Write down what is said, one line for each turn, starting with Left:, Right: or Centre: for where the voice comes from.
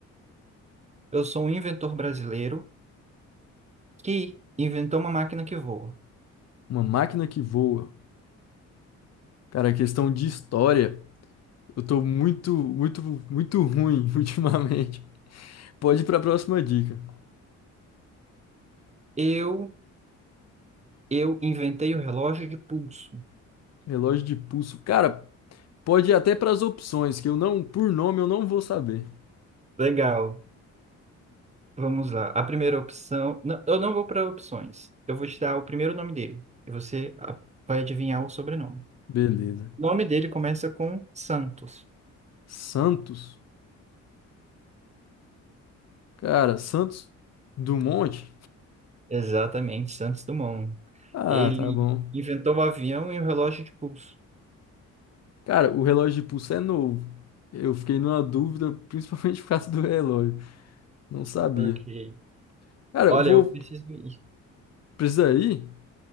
Right: Eu sou um inventor brasileiro que inventou uma máquina que voa.
Left: Uma máquina que voa. Cara, questão de história, eu tô muito, muito, muito ruim <laughs> ultimamente. Pode ir para a próxima dica.
Right: Eu, eu inventei o relógio de pulso.
Left: Relógio de pulso. Cara, pode ir até para as opções, que eu não, por nome, eu não vou saber.
Right: Legal. Vamos lá. A primeira opção. Não, eu não vou para opções. Eu vou te dar o primeiro nome dele. E você ah, vai adivinhar o sobrenome.
Left: Beleza.
Right: O nome dele começa com Santos.
Left: Santos. Cara, Santos Dumont.
Right: Exatamente, Santos Dumont.
Left: Ah,
Right: Ele
Left: tá bom.
Right: inventou o avião e o relógio de pulso.
Left: Cara, o relógio de pulso é novo. Eu fiquei numa dúvida, principalmente por causa do relógio. Não sabia.
Right: Ok.
Left: Cara,
Right: Olha,
Left: eu vou
Right: eu preciso ir.
Left: precisar ir?